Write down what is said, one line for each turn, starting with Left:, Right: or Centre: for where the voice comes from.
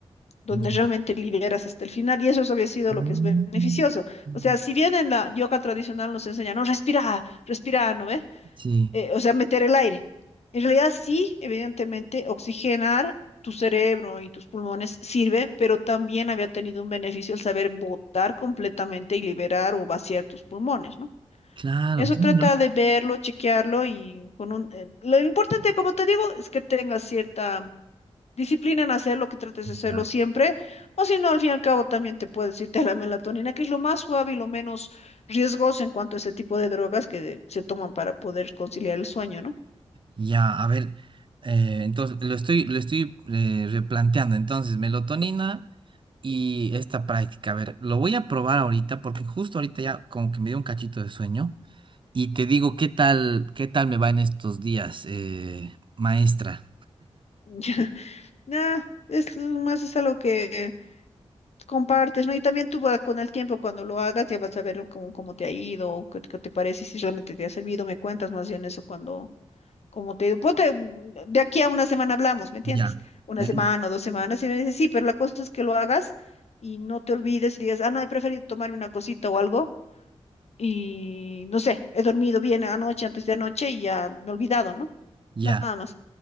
Left: donde realmente
Right: Ya.
Left: liberas hasta el final, y eso, eso había sido
Right: Ah,
Left: lo que es beneficioso. O sea, si bien en la yoga tradicional nos enseñan, no, respira, respira, ¿no ve?
Right: Sí,
Left: eh, o sea, meter el aire. En realidad sí, evidentemente, oxigenar tu cerebro y tus pulmones sirve, pero también había tenido un beneficio el saber botar completamente y liberar o vaciar tus pulmones, ¿no?
Right: claro,
Left: Eso
Right: tiene
Left: trata de verlo, chequearlo y con un... eh, lo importante, como te digo, es que tengas cierta disciplina en hacerlo, que trates
Right: lógica.
Left: de hacerlo siempre, o si no, al fin y al cabo también te puedes irte a la melatonina, que es lo más suave y lo menos riesgoso en cuanto a ese tipo de drogas que se toman para poder conciliar el sueño, ¿no?
Right: Ya, a ver, eh, entonces lo estoy, lo estoy eh, replanteando. Entonces, melatonina y esta práctica. A ver, lo voy a probar ahorita porque justo ahorita ya como que me dio un cachito de sueño. Y te digo, ¿qué tal, qué tal me va en estos días, eh, maestra?
Left: <laughs> Ya, nah, es más es algo que compartes, ¿no? Y también tú va- con el tiempo, cuando lo hagas, ya vas a ver cómo, cómo te ha ido, qué, qué te parece, y si realmente te ha servido, me cuentas más bien eso cuando, cómo te ha ido. Ponte, mm, de aquí a una semana hablamos, ¿me entiendes?
Right: Ya,
Left: Una
Right: listo,
Left: semana o dos semanas, y me dices, sí, pero la cosa es que lo hagas y no te olvides y digas, ah, no, he preferido tomarme una cosita o algo Y no sé, he dormido bien anoche, antes de anoche y ya me he olvidado, ¿no?
Right: ya.
Left: Nada más.